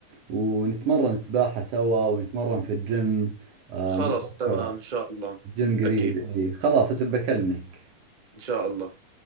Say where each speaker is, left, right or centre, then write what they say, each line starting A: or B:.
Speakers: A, on the right; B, on the right.
A: ونتمرن سباحة سوا ونتمرن في الجيم آه،
B: خلص
A: مرتفع
B: تمام ان شاء الله
A: الجيم قريب
B: اكيد
A: إي خلاص اجل بكلمك
B: ان شاء الله